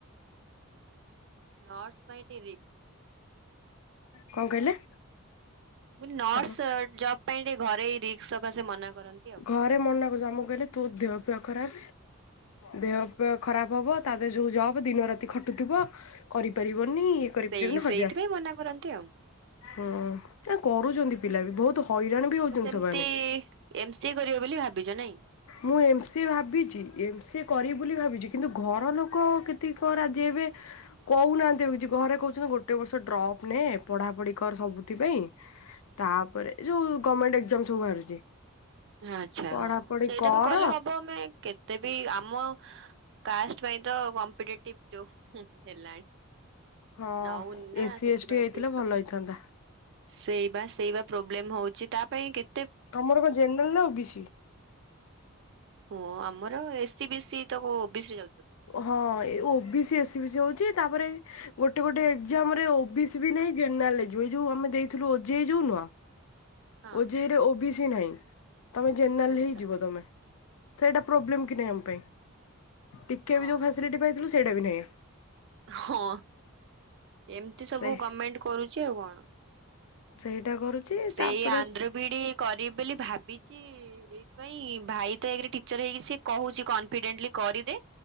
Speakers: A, on the right; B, on the left.
A: ନର୍ସ ପାଇଁ ଟିକେ ରିସ୍କ।
B: କଣ କହିଲେ?
A: ମୁଁ ନି ନର୍ସ
B: ହ୍ୟାଲୋ
A: ଜବ ପାଇଁ ଟିକେ ଘରେ ରିକ୍ସ ସକାଶେ ମନା କରନ୍ତି ଆଉ।
B: ଘରେ ମନା କରୁଛ ଆମ କୁ କହିଲି ତୋ ଦେହ ପିହ ଖରାପ ଦେହଫେହ ଖରାପ ହବ, ତା ଦେହ ଯୋଉ ଜବ ଦିନ ରାତି ଖଟୁଥିବ। କରିପାରିବନି ଇଏ କରିପାରିବନି
A: ସେଇ
B: ହଜାର।
A: ସେଇଥିପାଇଁ ମନା କରନ୍ତି ଆଉ।
B: ହୁଁ, ଆ କରୁଛନ୍ତି ପିଲା ବି ବହୁତ ହଇରାଣ ବି ହଉଛନ୍ତି
A: ଆମ ସେମିତି
B: ସେମାନେ।
A: ଏମ ସିଏ କରିବେ ବୋଲି ଭାବିଛ, ନାଇଁ।
B: ମୁଁ ଏମ ସିଏ ଭାବିଛି ଏମ ସିଏ କରିବି ବୋଲି ଭାବିଛି କିନ୍ତୁ ଘର ଲୋକ କେତିକି କଣ ରାଜି ହେବେ। କହୁନାହାନ୍ତି କିଛି, ଘରେ କହୁଛନ୍ତି ଗୋଟେ ବର୍ଷ ଡ୍ରପ୍ ନେ ପଢା ପଢି କର ସବୁଥି ପାଇଁ ତାପରେ ଯୋଉ ଗଭର୍ଣ୍ଣମେଣ୍ଟ ଏଜାମ ସବୁ ବାହାରୁଛି।
A: ଆଛା,
B: ପଢାପଢି
A: ହଁ ସେଇଟା
B: କର
A: ବି କଲେ ହବ। ତେ କେତେ ବି ଆମ କାଷ୍ଟ ପାଇଁ ତ କମ୍ପଟେଟିପ ଯଉ ହୁ ହେଲଣି।
B: ହଁ
A: ନଉନି ନା
B: ଏସି
A: ସେଥିପାଇଁ
B: ଏସ୍ ଟି ହେଇଥିଲେ
A: ଟିକେ
B: ଭଲ
A: ପ୍ରୋ
B: ହେଇଥାନ୍ତା।
A: ସେଇ ବା ସେଇବା ପ୍ରୋବ୍ଲେମ ହଉଛି, ତା ପାଇଁ କେ
B: ତମର କଣ ଜେନେରାଲ ନା ଓ ବି ସି?
A: ହଁ ଆମର ଏ ସି ବି ସି ତ ବିଶ ରେ ଯାଉଛି ବୋ
B: ହଁ ଏ ଓ B C S B C ହଉଛି, ତାପରେ ଗୋଟେ ଗୋଟେ ଏକ୍ଜାମ ରେ ଓ ବି ସ ବି ନାହିଁ ଜେନେରା ଏ ଯୋଉ ଆମେ ଦେଇଥିଲୁ ଯୋଉ ନୁହଁ।
A: ହଁ
B: ଓ ଯେ ଇ ରେ ଓ ବି ସି ନାହିଁ, ତମେ ଜେନେରାଲ
A: ଆଚ୍ଛା
B: ହିଁ ଯିବ
A: ଆଚ୍ଛା।
B: ତମେ। ସେଇଟା ପ୍ରୋବଲେମ କି ନାହିଁ ଆମ ପାଇଁ, ଟିକେ
A: ହଁ
B: ବି ଯୋଉ ଫାସିଲିଟି ପାଇଥିଲୁ, ସେଇଟା ବି ନାହିଁ।
A: ହଁ ଏମିତି ସବୁ
B: ସେ
A: ଗଭର୍ଣମେଣ୍ଟ କରୁଛି ଆଉ କଣ?
B: ସେଇଟା କରୁଛି
A: ସେଇ
B: ତାପରେ
A: ଆନ୍ଧ୍ର ବିିଡି କରିବି ବୋଲି ଭାବିଛି ଏଇଥିପାଇଁ, ଭାଇ ତ ଏକରେ ଟିଚର୍ ହେଇକି ସେଏ କହୁଛି କନଫିଡେଣ୍ଟଲି କରିଦେ,